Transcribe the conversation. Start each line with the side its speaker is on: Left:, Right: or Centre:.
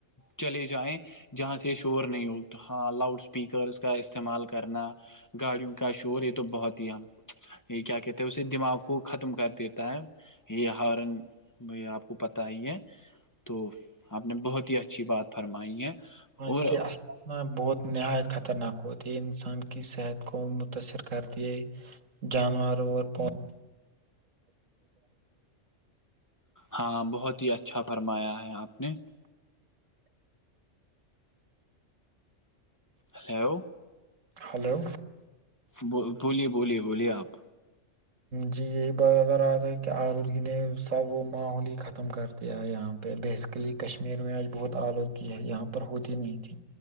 Left: چلے جائیں جہاں سے شور نہیں ہو ہاں لاؤڈ اسپیکرس کا استعمال کرنا گاڑیوں کا شور یہ تو بہت ہی ہم یہ کیا کہتے ہیں اسے دماغ کو ختم کر دیتا ہے یہ ہارن ب آپ کو پتا ہی ہے تو آپ نے بہت ہی اچھی بات فرمائی ہے
Right: آج
Left: اور
Right: کے اسنا بہت نہایت خطرناک ہوتی ہے انسان کی صحت کو متاثر کرتی ہے جانوروں اور پود
Left: ہاں بہت ہی اچھا فرمایا ہے آپ نہیں ہلو
Right: ہلو
Left: ب بولیے بولیے بولیے آپ
Right: جی یہی ب ار رہا تھا کہ آلودگی نے سب وہ ماحول ہی ختم کر دیا یہاں پہ بیسیکلی کشمیر میں آج بہت آلودگی ہے یہاں پر ہوتی نہیں تھی